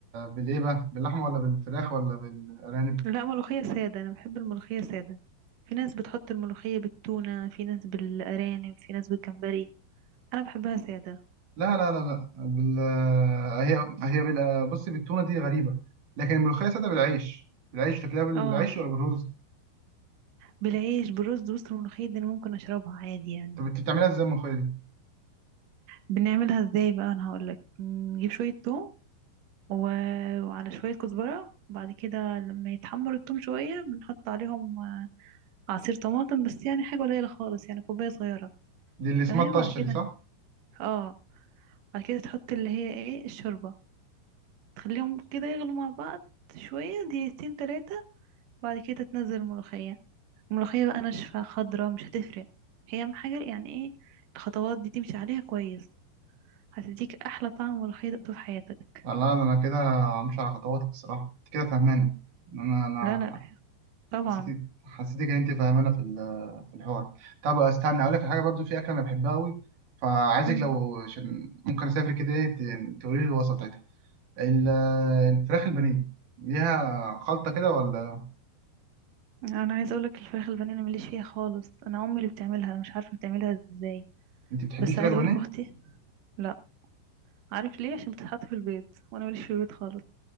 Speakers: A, on the right; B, on the right.
A: بالايه بقى باللحمه ولا بالفراخ ولا بالارانب
B: لا ملوخية سادة أنا بحب الملوخية سادة في ناس بتحط الملوخية بالتونة في ناس بالأرانب في ناس بالجمبري أنا بحبها سادة
A: لا لا لا لا بال هي هي بال... بصي بالتونه دي غريبه لكن الملوخيه ساده بالعيش بالعيش تاكلها بالعيش
B: اه
A: ولا بالرز
B: بالعيش بالرز بص الملوخية دي أنا ممكن أشربها عادي يعني
A: طب انت بتعملها ازاي الملوخية دي؟
B: بنعملها ازاي بقى أنا هقولك نجيب شوية توم و... وعلى شوية كزبرة وبعد كده لما يتحمر التوم شوية بنحط عليهم عصير طماطم بس يعني حاجة قليلة خالص يعني كوباية صغيرة
A: دي اللي اسمها
B: تمام
A: الطشة
B: بعد كده
A: دي صح؟
B: اه بعد كده تحط اللي هي ايه الشوربة تخليهم كده يغلوا مع بعض شوية دقيقتين تلاتة بعد كده تنزل الملوخية الملوخية بقى ناشفة خضرة مش هتفرق هي أهم حاجة يعني ايه الخطوات دي تمشي عليها كويس هتديك أحلى طعم ملوخية دقته في حياتك
A: لا لا ده انا كده همشي على خطواتك الصراحة انت كده فاهمانة انا انا
B: لا لا طبعا
A: حسيتك حسيتك ان انت فاهمانة في ال- في الحوار طب استنى اقول لك على حاجة برضو في اكلة انا بحبها قوي فعايزك
B: مم.
A: لو عشان ممكن اسافر كده ايه ت- تقولي لي الوصفة بتاعتها ال- الفراخ البانيه ليها خلطة كده ولا
B: أنا عايزة أقولك الفراخ البانيه أنا مليش فيها خالص أنا أمي اللي بتعملها أنا مش عارفة بتعملها ازاي
A: انت بتحبيش
B: بس
A: فراخ
B: عايزة
A: بانيه؟
B: أقولك أختي لا عارف ليه عشان بتتحط في البيض وأنا مليش في البيض خالص